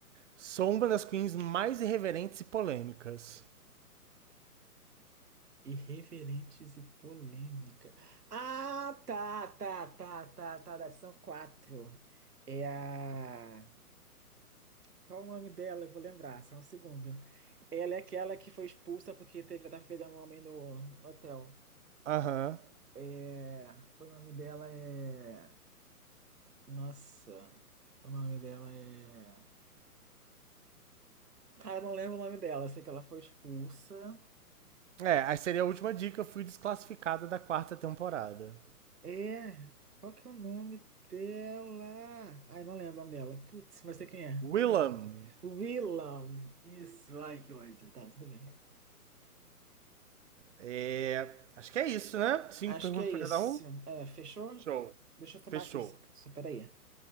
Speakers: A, on the right; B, on the right.
A: sou uma das queens mais irreverentes e polêmicas.
B: irreverentes e polêmica. Ah, tá, tá, tá, tá, tá, tá, são quatro. É a Qual o nome dela? Eu vou lembrar, só um segundo. Ela é aquela que foi expulsa porque teve, tava pegando um homem no, no hotel.
A: Aham.
B: É, o nome dela é. Nossa, o nome dela é. Cara, eu não lembro o nome dela, eu sei que ela foi expulsa.
A: É, aí seria a última dica. Eu fui desclassificada da quarta temporada.
B: É, qual que é o nome dela? Ai, não lembro o nome dela. Putz, mas sei quem é.
A: Willam.
B: O vilão. Isso, ai, que ódio. Tá, tudo bem.
A: É, acho que é isso, né? Cinco
B: Acho
A: perguntas
B: que é isso.
A: pra cada um?
B: É, fechou?
A: Show.
B: Deixa eu tomar
A: Fechou.
B: aqui, só, só peraí.